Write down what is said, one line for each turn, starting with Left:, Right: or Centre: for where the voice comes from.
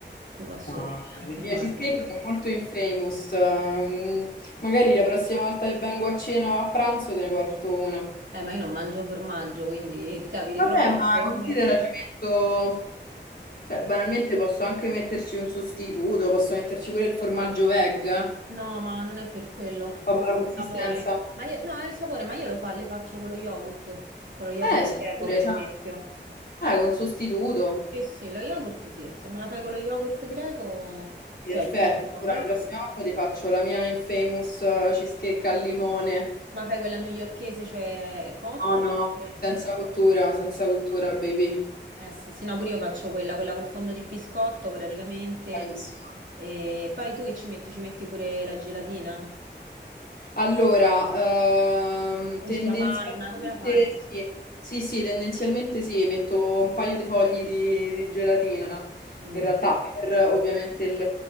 Right: ti posso
Left: No,
Right: dire anche
Left: le mie
Right: male.
Left: cheesecake sono molto infamous. Mm, magari la prossima volta che vengo a cena o a pranzo te ne porto una.
Right: Eh, ma io non mangio formaggio, quindi ti capiti
Left: Vabbè,
Right: proprio
Left: ma
Right: male
Left: considera
Right: con me.
Left: ci metto. Cioè, banalmente posso anche metterci un sostituto, posso metterci pure il formaggio veg,
Right: No, ma non è per quello,
Left: proprio
Right: proprio
Left: la consistenza.
Right: il sapore. Ma io, no, è il sapore, ma io lo fa- le faccio con lo yogurt, con lo yogurt
Left: Eh, sì,
Right: greco,
Left: pure,
Right: per
Left: esatto.
Right: esempio.
Left: Eh, con sostituto.
Right: Sì, sì, lo yogurt sì, se me la fai con lo yogurt greco,
Left: Perfetto.
Right: cioè yogurt,
Left: Allora,
Right: quella-
Left: la prossima volta ti faccio la mia infamous eh, cheesecake al limone.
Right: ma fai quella newyorchese, cioè cotta,
Left: No, no,
Right: oppure...
Left: senza cottura, senza cottura, baby.
Right: Eh sì, sì, no, pure io faccio quella, quella col fondo di biscotto praticamente.
Left: Bravissima.
Right: E poi tu che ci metti? Ci metti pure la gelatina?
Left: Allora, ehm, tendenzialmente
Right: Usi la panna, come la fai?
Left: sì, sì, sì, tendenzialmente sì, metto un paio di fogli di, di gelatina,
Right: Mm,
Left: in realtà per eh, ovviamente il-